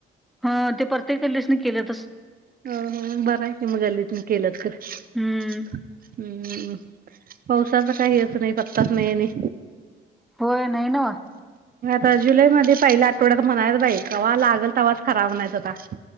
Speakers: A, in the centre; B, on the right (about 45°).
A: ह ते परतेक गल्लीसनी केल्यातचं.
B: अ हो बर हाय म गल्लीतनं केल्यात, तर
A: हम्म
B: हम ह. पावसाच काही असं नाही पत्ताच नाही आणि
A: होय नाही नव्ह.
B: त जुलै मध्ये पहिल्या आठवड्यात म्हणाल्यत बाई कवा लागल तवा खरा म्हणायचा आता.